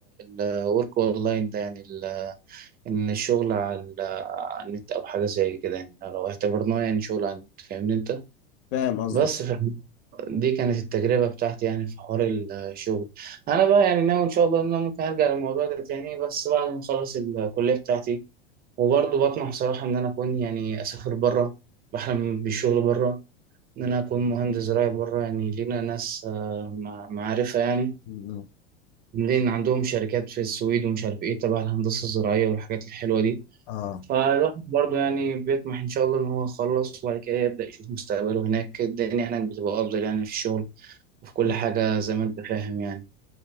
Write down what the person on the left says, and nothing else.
فاهم قصدك
مم.
اه
مم.